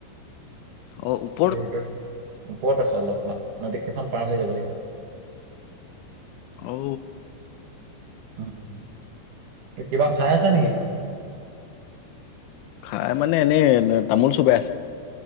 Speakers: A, on the left; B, on the right.
A: অঁ উপ
B: অ ৰিজৰ্ট ওপৰত আছে অলপমান, নদীকেইখন পাৰ হৈ যাব লাগিব।
A: ঔ ঔ।
B: উম, তই কিবা খায় আছা নেকি?
A: খায় মানে এনেই তামোল চোবাই আছো।